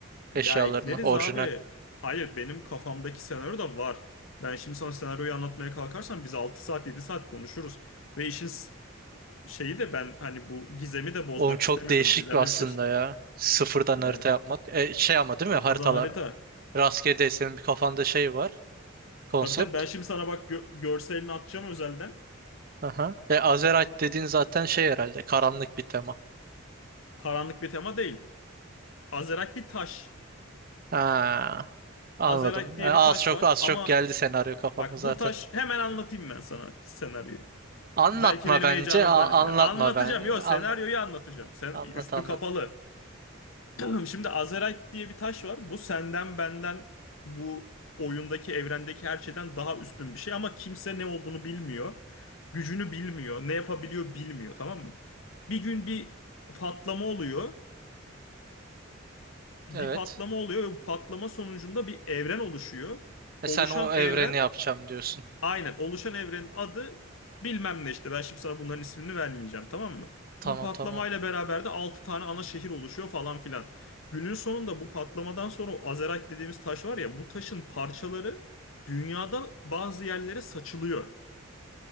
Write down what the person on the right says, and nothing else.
eşyaları
mı? Orijinal.
Oğlum çok
değişik
aslında
ya. Sıfırdan
harita yapmak. E, şey ama değil
mi? Haritalar.
Rastgele değil. Senin bir kafanda şey var. Konsept.
Aha. E, Azerite dediğin zaten şey herhalde. Karanlık bir tema.
Ha, anladım.
E, az
çok
az
çok geldi senaryo kafama
zaten.
Anlatma
bence.
a-
anlatma
ben.
An-
Anlat
anlat.
Evet.
E
sen o evreni
yapacağım diyorsun.
Tamam
tamam.